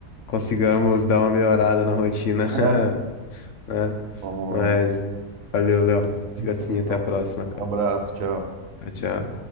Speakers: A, on the left (about 60°); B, on the right (about 65°).
A: consigamos dar uma melhorada na rotina.
B: É.
A: <laughs> né?
B: Vamos
A: Mas
B: lá.
A: valeu, Léo. Fica assim,
B: Feito.
A: até a próxima, cara.
B: Um abraço, tchau.
A: Tchau, tchau.